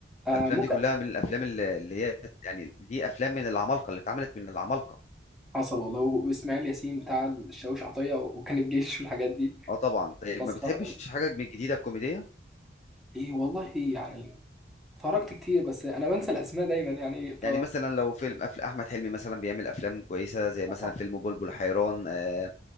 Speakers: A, in the centre; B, on the left (about 40°).
A: آه.
B: الافلام
A: ممكن
B: دي كلها من الافلام اللي اللي هي يعني دي افلام من العمالقه اللي اتعملت من العمالقه
A: حصل والله واسماعيل ياسين بتاع الشاويش عطيه وكان الجيش والحاجات دي
B: اه طبعا طيب
A: مسخرة
B: ما بتحبش
A: أوي
B: حاجه من الجديده الكوميديه
A: إيه والله يعني اتفرجت كتير بس أنا بنسى الأسماء دايما يعني ف
B: يعني مثلا لو فيلم أفل- احمد حلمي مثلا بيعمل افلام كويسه زي مثلا
A: آه
B: فيلم بلبل حيران آه